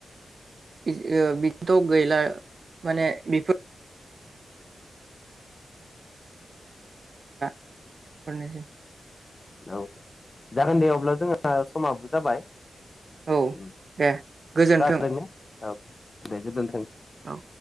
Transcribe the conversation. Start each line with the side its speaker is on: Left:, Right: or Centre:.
Right: बिदि ओ बिदिथ गैला माने बेफोर <unintelligible>
Left: औ जागोन दे अब्ला जोंहा समाबो जाबाय।
Right: औ
Left: उम
Right: दे गोजोन्थों
Left: खोनादों ने औ। दे गोजोनथों।
Right: औ।